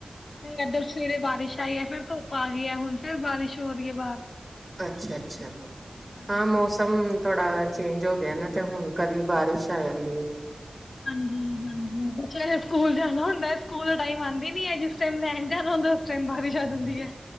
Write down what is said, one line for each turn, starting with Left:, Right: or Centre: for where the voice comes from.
Left: ਨਹੀਂ ਇੱਧਰ ਸਵੇਰੇ ਬਾਰਿਸ਼ ਆਈ ਹੈ ਫੇਰ ਧੁੱਪ ਆ ਗਈ ਹੈ ਹੁਣ ਫੇਰ ਬਾਰਿਸ਼ ਹੋ ਰਹੀ ਹੈ ਬਾਹਰ
Right: ਅੱਛਾ ਅੱਛਾ
Left: ਹਾਂਜੀ
Right: ਹਾਂ ਮੌਸਮ ਥੋੜਾ ਚੇਂਜ ਹੋ ਗਿਆ ਨਾ ਤੇ ਹੁਣ ਕਦੀ ਬਾਰਿਸ਼ ਆ ਜਾਂਦੀ
Left: ਹਾਂਜੀ ਹਾਂਜੀ ਬੱਚੇ ਸਕੂਲ ਜਾਣਾ ਹੁੰਦਾ ਸਕੂਲ ਟਾਈਮ ਆਉਂਦੀ ਨੀ ਜਿਸ ਟਾਈਮ ਜਾਣਾ ਹੁੰਦਾ ਉਸ ਟਾਈਮ ਭਾਰੀ ਛ ਦਿੰਦੀ ਹੈ